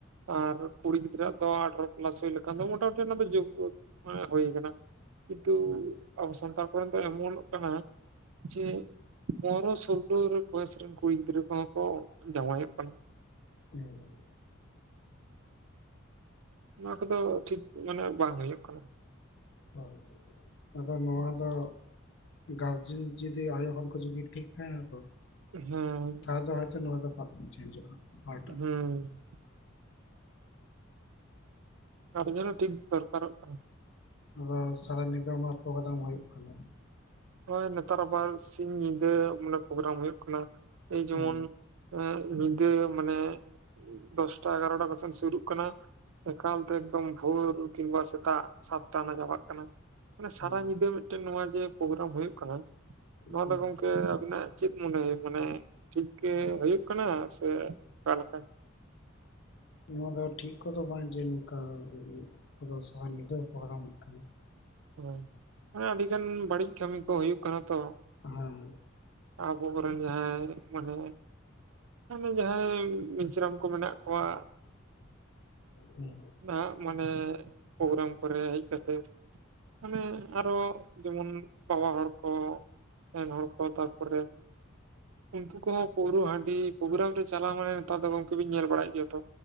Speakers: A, on the right; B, on the left.
A: ᱟᱨ ᱠᱩᱲᱤ ᱜᱤᱫᱽᱨᱟᱹ ᱟᱜ ᱫᱚ ᱟᱴᱷᱨᱚ᱾ <unintelligible> ᱞᱮᱠᱷᱟᱱ ᱫᱚ ᱢᱚᱴᱟᱢᱩᱴᱤ ᱚᱱᱟ ᱫᱚ ᱡᱳᱜᱜᱳ ᱢᱟᱱᱮ ᱦᱩᱭ ᱠᱟᱱᱟ᱾ ᱠᱤᱱᱛᱩ
B: ᱦᱮᱸ,
A: ᱟᱵᱚ ᱥᱟᱱᱛᱟᱲ <inaudible> ᱮᱢᱚᱱᱼᱴᱚᱜ ᱠᱟᱱᱟ, ᱡᱮ ᱯᱚᱱᱮᱨᱚ ᱥᱳᱞᱞᱳ ᱵᱚᱭᱮᱥ ᱨᱮᱱ ᱠᱩᱲᱤ ᱜᱤᱫᱽᱨᱟᱹ ᱠᱚᱦᱚᱸ ᱠᱚ ᱡᱟᱶᱟᱭᱼᱚᱜ ᱠᱟᱱᱟ᱾
B: ᱦᱩᱸ᱾
A: ᱱᱚᱣᱟ ᱠᱚᱫᱚ ᱴᱷᱤᱠ ᱢᱟᱱᱮ ᱵᱟᱝ ᱦᱩᱭᱩᱜ ᱠᱟᱱᱟ᱾
B: ᱦᱩᱸ, ᱟᱫᱚ ᱱᱚᱣᱟ ᱫᱚ ᱜᱟᱨᱡᱮᱱ ᱡᱩᱫᱤ ᱟᱭᱳ ᱦᱚᱲ ᱠᱚ ᱡᱩᱫᱤ ᱴᱷᱤᱠ ᱛᱟᱦᱮᱸᱱᱟ ᱠᱚ
A: ᱦᱮᱸ
B: ᱛᱟᱦᱚᱞᱮ ᱦᱚᱭᱛᱚ ᱱᱚᱣᱟ ᱫᱚ ᱵᱟᱝ ᱪᱮᱧᱡᱚᱜᱼᱟ᱾ ᱯᱟᱦᱴᱟᱜ
A: ᱦᱩᱸ᱾
B: ᱟᱫᱚ
A: ᱜᱟᱨᱡᱮᱱ ᱦᱚᱸ ᱴᱷᱤᱠ ᱫᱚᱨᱠᱟᱨᱚᱜ ᱠᱟᱱᱟ᱾
B: ᱟᱫᱚ ᱥᱟᱨᱟ ᱧᱤᱫᱟᱹ ᱚᱱᱟ ᱯᱨᱳᱜᱨᱟᱢ ᱦᱩᱭᱩᱜ ᱠᱟᱱᱟ᱾
A: ᱦᱳᱭ ᱱᱮᱛᱟᱨ ᱟᱵᱟᱨ ᱥᱤᱧ ᱧᱤᱫᱟᱹ ᱢᱟᱱᱮ ᱯᱨᱳᱜᱨᱟᱢ ᱦᱩᱭᱩᱜ ᱠᱟᱱᱟ ᱮ ᱡᱮᱢᱚᱱ
B: ᱦᱮᱸ,
A: ᱮᱸᱜ ᱧᱤᱫᱟᱹ ᱢᱟᱱᱮ, ᱫᱚᱥᱴᱟ ᱮᱜᱟᱨᱚᱴᱟ ᱠᱚ ᱥᱮᱱ ᱥᱩᱨᱩᱜ ᱠᱟᱱᱟ, ᱮᱠᱟᱞ ᱛᱮ ᱮᱠᱫᱚᱢ ᱵᱷᱳᱨ ᱠᱤᱝᱵᱟ ᱥᱮᱛᱟᱜ ᱥᱟᱛᱴᱟ ᱟᱱᱟᱜ ᱪᱟᱵᱟᱜ ᱠᱟᱱᱟ᱾ ᱢᱟᱱᱮ
B: ᱦᱮᱸ,
A: ᱥᱟᱨᱟ ᱧᱤᱫᱟᱹ ᱢᱤᱫᱴᱮᱱ ᱱᱚᱣᱟ ᱡᱮ ᱯᱳᱜᱨᱟᱢ ᱦᱳᱭᱳᱜ ᱠᱟᱱᱟ, ᱱᱚᱣᱟ
B: ᱦᱮᱸ᱾
A: ᱫᱚ ᱜᱚᱝᱠᱮ ᱟᱵᱤᱱᱟᱜ ᱪᱮᱫ ᱢᱚᱱᱮ ᱦᱩᱭᱩᱜ ᱠᱟᱱᱟ ᱴᱷᱤᱠ ᱜᱮ ᱦᱩᱭᱩᱜ ᱠᱟᱱᱟ ᱥᱮ ᱚᱠᱟ ᱞᱮᱠᱟ?
B: ᱱᱚᱣᱟ ᱫᱚ ᱴᱷᱤᱠ ᱠᱚᱫᱚ ᱵᱟᱝ ᱡᱮ ᱱᱚᱝᱠᱟ ᱯᱩᱨᱟᱹ ᱥᱟᱨᱟ ᱧᱤᱫᱟᱹ ᱯᱳᱜᱨᱟᱢ ᱦᱩᱭᱩᱜ ᱠᱟᱱᱟ᱾
A: <inaudible> ᱢᱟᱱᱮ ᱟᱹᱰᱤ ᱜᱟᱱ ᱵᱟᱹᱲᱤᱡ ᱠᱟᱹᱢᱤ ᱠᱚ ᱦᱩᱭᱩᱜ ᱠᱟᱱᱟ ᱛᱚ᱾
B: ᱦᱮᱸ ᱦᱮᱸ᱾
A: ᱟᱵᱚ ᱠᱚᱨᱮᱱ ᱡᱟᱦᱟᱸᱟᱭ ᱢᱟᱱᱮ ᱢᱟᱱᱮ ᱡᱟᱦᱟᱸᱭ ᱢᱤᱥᱨᱟᱢ ᱠᱚ ᱢᱮᱱᱟᱜ ᱠᱚᱣᱟ,
B: ᱦᱩᱸ᱾
A: ᱱᱟᱦᱟᱜ ᱢᱟᱱᱮ ᱯᱨᱳᱜᱨᱟᱢ ᱠᱚᱨᱮ ᱦᱮᱡ ᱠᱟᱛᱮᱫ ᱢᱟᱱᱮ ᱟᱨᱚ ᱡᱮᱢᱚᱱ ᱵᱟᱵᱟ ᱦᱚᱲ ᱠᱚ, ᱮᱱ ᱦᱚᱲ ᱠᱚ ᱛᱟᱨᱯᱚᱨᱮ ᱤᱱᱛᱩ ᱠᱚ ᱦᱚ ᱯᱟᱹᱣᱨᱟᱹ ᱦᱟᱺᱰᱤ ᱯᱨᱳᱜᱨᱟᱢ ᱛᱮ ᱪᱟᱞᱟᱣ ᱢᱟᱱᱮ ᱱᱮᱛᱟᱨ ᱫᱚ ᱜᱚᱝᱠᱮ ᱵᱤᱱ ᱧᱮᱞ ᱵᱟᱲᱟᱭᱮᱫ ᱜᱮᱭᱟ ᱛᱚ